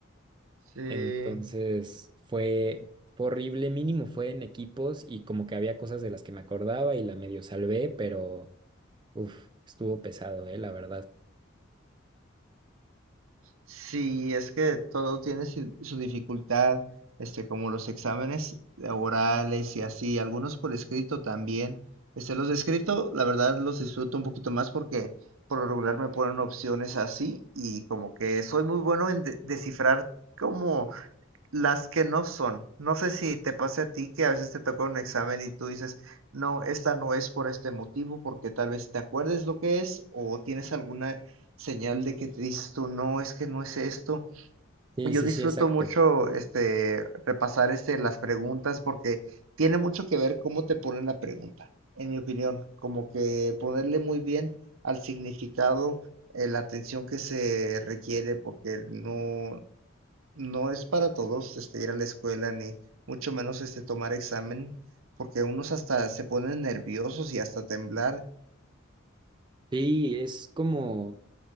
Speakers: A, on the right (about 75°); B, on the right (about 20°).
A: sí,
B: Entonces fue fue horrible, mínimo fue en equipos y como que había cosas de las que me acordaba y la medio salvé, pero uf, estuvo pesado, eh, la verdad.
A: Sí, es que todo tiene si- su dificultad, este, como los exámenes orales y así, algunos por escrito también. Este, los de escrito, la verdad, los disfruto un poquito más porque por lo regular me ponen opciones así y como que soy muy bueno en de- descifrar como las que no son. No sé si te pase a ti que a veces te toca un examen y tú dices, no, esta no es por este motivo, porque tal vez te acuerdes lo que es o tienes alguna señal de que te dices tú, no, es que no es esto.
B: Sí,
A: Yo
B: sí,
A: disfruto
B: sí, exacto.
A: mucho este repasar este las preguntas porque tiene mucho que ver cómo te ponen la pregunta, en mi opinión, como que ponerle muy bien al significado eh, la atención que se requiere porque no no es para todos este, ir a la escuela, ni mucho menos este, tomar examen, porque unos hasta se ponen nerviosos y hasta temblar.
B: Sí, es como